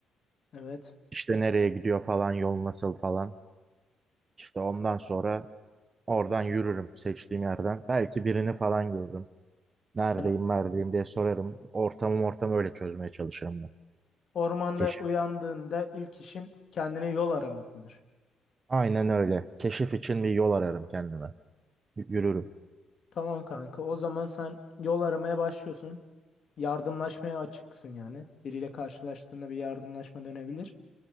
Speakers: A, on the left; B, on the right.
A: Evet.
B: İşte nereye gidiyor falan, yol nasıl falan. İşte ondan sonra oradan yürürüm seçtiğim yerden. Belki birini falan görürüm. Neredeyim,
A: Yani
B: neredeyim diye sorarım. Ortamım ortamı öyle çözmeye çalışırım ben.
A: ormanda
B: Keşif.
A: uyandığında ilk işin kendine yol aramak mıdır?
B: Aynen öyle. Keşif için bir yol ararım kendime. Y- Yürürüm.
A: Tamam kanka. O zaman sen yol aramaya başlıyorsun. Yardımlaşmaya açıksın yani. Biriyle karşılaştığında bir yardımlaşma dönebilir.